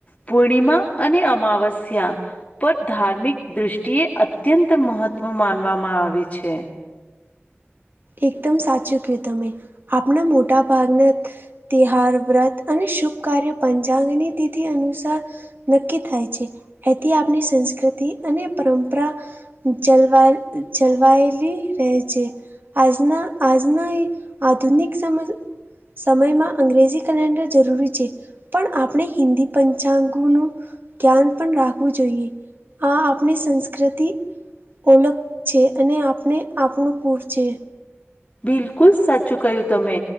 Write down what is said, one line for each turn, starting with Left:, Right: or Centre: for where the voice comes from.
Left: પૂર્ણિમા અને અમાવસ્યા. પર ધાર્મિક દૃષ્ટિએ અત્યંત મહત્વ માનવામાં આવે છે.
Right: એકદમ સાચું કયું તમે. આપણા મોટા ભાગના તિહાર, વ્રત અને શુભ કાર્ય પંચાંગની તિથિ અનુસાર નક્કી થાય છે. એથી આપણી સંસ્કૃતિ અને પરંપરા જલવાઈ જલવાયલી રહે છે. આજના આજના એ આધુનિક સમજ સમયમાં અંગ્રેજી કલેન્ડર જરૂરી છે. પણ આપણે હિન્દી પંચાંગોનું જ્ઞાન પણ રાખવું જોઈએ. આ આપણી સંસ્કૃતિ ઓલગ છે અને આપણે આપણું પૂર છે.
Left: બિલકુલ સાચું ક્યું તમે.